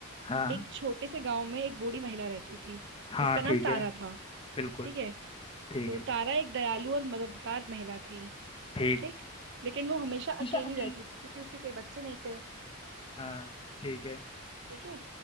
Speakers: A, on the left (about 25°); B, on the right (about 55°).
A: हाँ
B: एक छोटे से गांव में एक बूढ़ी महिला रहती थी
A: हाँ
B: जिसका नाम
A: ठीक
B: तारा
A: है
B: था
A: बिल्कुल
B: ठीक है
A: ठीक
B: तो
A: है
B: तारा एक दयालु और मददगार महिला थी
A: ठीक
B: ठीक लेकिन वो हमेशा अकेली
A: ईशा अकेले
B: रहती थी क्योंकि उसके कोई बच्चे नहीं थे
A: हाँ ठीक है
B: ठीक है